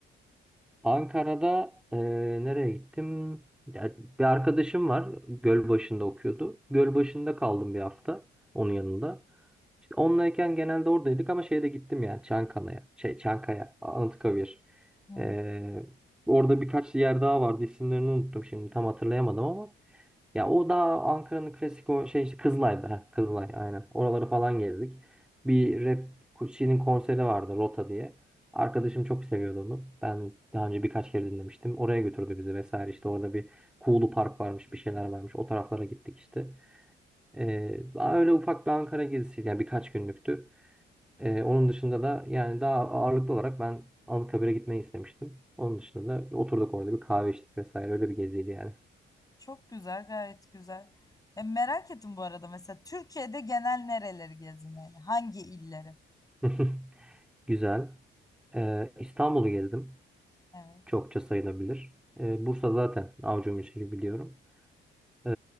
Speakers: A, in the centre; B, on the left.
A: Ankara'da e, nereye gittim? Ya, bir arkadaşım var. Gölbaşı'nda okuyordu. Gölbaşı'nda kaldım bir hafta onun yanında. İşte onlayken genelde oradaydık ama şeye de gittim yani Çankaya'ya. Şey, Çankaya, Anıtkabir.
B: Hı.
A: E, orada birkaç yer daha vardı. İsimlerini unuttum şimdi tam hatırlayamadım ama. Ya o daha Ankara'nın klasik o şey işte Kızılay'da. heh, Kızılay aynen. Oraları falan gezdik. Bir rap şeyinin konseri vardı Rota diye. Arkadaşım çok seviyordu onu. Ben daha önce birkaç kere dinlemiştim. Oraya götürdü bizi vesaire. İşte orada bir Kuğulu Park varmış, bir şeyler varmış. O taraflara gittik işte. Ee, öyle ufak bir Ankara gezisiydi. Yani birkaç günlüktü. Ee, onun dışında da yani daha ağırlıklı olarak ben Anıtkabir'e gitmeyi istemiştim. Onun dışında da oturduk orada bir kahve içtik vesaire. Öyle bir geziydi yani.
B: Çok güzel, gayet güzel. Ya merak ettim bu arada mesela Türkiye'de genel nereleri gezin yani? Hangi illeri?
A: <laughs> Güzel. Ee, İstanbul'u gezdim.
B: Evet.
A: Çokça sayılabilir. Ee, Bursa zaten avucumun içi biliyorum. Ee,